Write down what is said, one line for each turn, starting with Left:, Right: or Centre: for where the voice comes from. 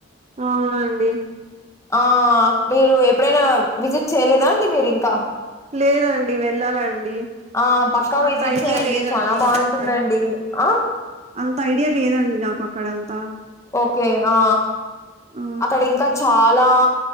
Right: అవునండి
Left: ఆ మీరు ఎప్పుడైనా విజిట్ చేయలేదా అండి మీరు ఇంకా
Right: లేదండి వెళ్ళాలండి
Left: ఆ పక్కా
Right: అంత
Left: విజిట్
Right: ఐడియా
Left: చేయండి
Right: లేదండి
Left: చాలా బాగుంటుందండి
Right: నాకు అక్కడ
Left: ఆ
Right: అంత ఐడియా లేదండి నాకు అక్కడంతా
Left: ఓకే ఆ
Right: ఆ
Left: అక్కడ ఇంకా చాలా